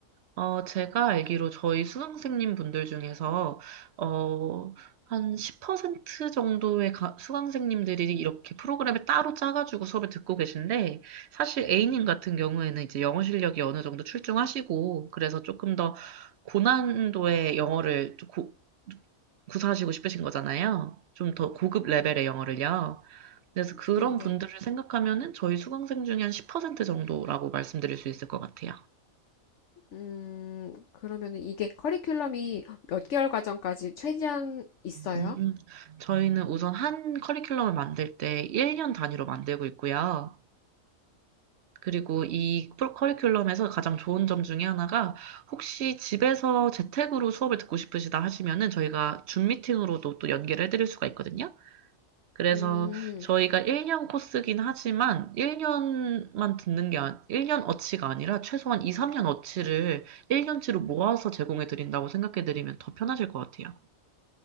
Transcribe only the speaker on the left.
네네.
음, 그러면 이게 커리큘럼이 몇 개월 과정까지 최대한 있어요?
음,